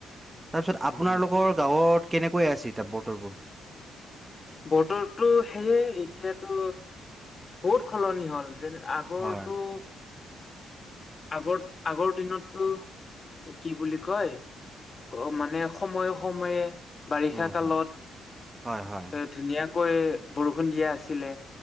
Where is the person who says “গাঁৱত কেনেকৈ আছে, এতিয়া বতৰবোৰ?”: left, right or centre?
Right